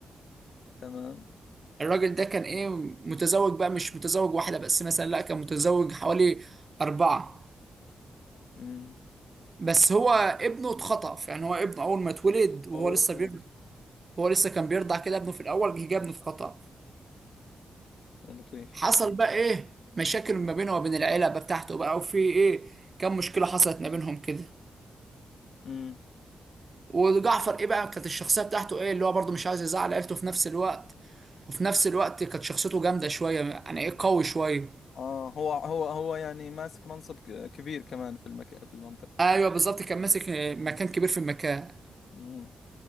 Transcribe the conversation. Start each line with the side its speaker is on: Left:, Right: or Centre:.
Left: تمام
Right: الراجل ده كان ايه متزوج بقى مش متزوج واحدة بس مثلا لا كان متزوج حوالي أربعة
Left: امم
Right: بس هو ابنه اتخطف يعني هو ابنه اول ما اتولد وهو
Left: اوه
Right: لسه بيرضع هو لسه كان بيرضع كده ابنه في الاول جه جه ابنه اتخطف
Left: لطيف
Right: حصل بقى ايه مشاكل ما بينه وبين العيله بقى بتاعته بقى وفي ايه كم مشكله حصلت ما بينهم كده
Left: امم
Right: وجعفر ايه بقى كانت الشخصيه بتاعته ايه اللي هو برضه مش عايز يزعل عيلته في نفس الوقت وفي نفس الوقت كانت شخصيته جامده شويه يعني ايه قوي شويه
Left: اه هو هو هو يعني ماسك منصب ك- كبير كمان في المك... في المنطقة
Right: ايوه بالظبط كان ماسك مكان كبير في المكان
Left: امم